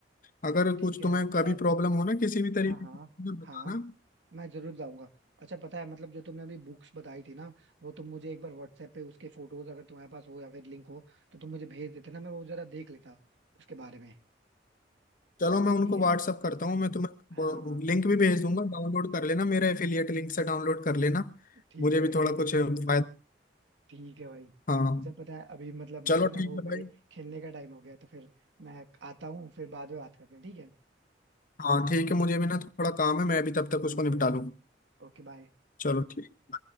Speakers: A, on the left (about 50°); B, on the right (about 80°).
A: अगर
B: ठीक
A: कुछ
B: है
A: तुम्हें
B: यार पता
A: कभी
B: है
A: प्रॉब्लम हो ना किसी भी तरीके
B: हाँ हाँ
A: की तो
B: हाँ
A: बताना
B: मैं जरूर जाऊंगा अच्छा पता है मतलब जो तुमने अभी बुक्स बताई थी ना वो तुम मुझे एक बार व्हाट्सएप पे उसके फोटोज अगर तुम्हारे पास हो या फिर लिंक हो तो तुम मुझे भेज देते ना मैं वो जरा देख लेता उसके बारे में
A: चलो मैं उनको
B: ठीक है
A: व्हाट्सअप करता हूँ मैं तुम्हें
B: हाँ हाँ
A: लिंक भी भेज दूंगा डाउनलोड कर लेना मेरा एफिलिएट लिंक से डाउनलोड कर लेना
B: ठीक
A: मुझे
B: है भाई
A: भी थोड़ा
B: ठीक
A: कुछ
B: है कर
A: फायदा
B: लूंगा ठीक है भाई
A: हाँ
B: अच्छा पता है अभी मतलब
A: चलो
B: मुझे ना
A: ठीक
B: वो
A: है
B: मेरे
A: भाई
B: खेलने का टाइम हो गया है, तो फिर मैं आता हूँ फिर बाद में बात करते हैं ठीक है
A: हाँ ठीक है मुझे भी ना थोड़ा काम है मैं भी तब तक
B: ओके
A: उसको निपटा
B: भाई
A: लूँ
B: Okay bye
A: चलो ठीक